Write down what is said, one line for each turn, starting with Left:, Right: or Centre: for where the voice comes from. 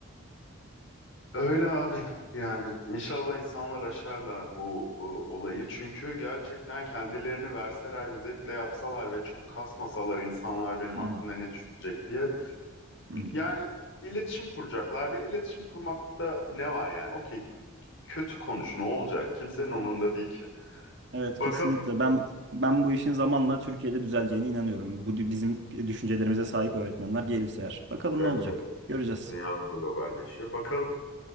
Left: Öyle abi yani inşallah insanlar aşarlar bu e, olayı çünkü gerçekten kendilerini verseler ve zevkle yapsalar ve çok kasmasalar insanlar benim hakkımda
Right: Hı hı,
Left: ne düşünecek diye
Right: hı
Left: yani
Right: hı.
Left: iletişim kuracaklar ve iletişim kurmakta ne var yani okey kötü konuşun olacak kimsenin umurunda değil ki.
Right: Evet
Left: Bakalım.
Right: kesinlikle. Ben ben bu işin zamanla Türkiye'de düzeleceğine inanıyorum. Bu dü- bizim düşüncelerimize sahip öğretmenler gelirse eğer. Bakalım
Left: Evet,
Right: ne olacak.
Left: evet.
Right: Göreceğiz.
Left: Dünyada globalleşiyor. Bakalım.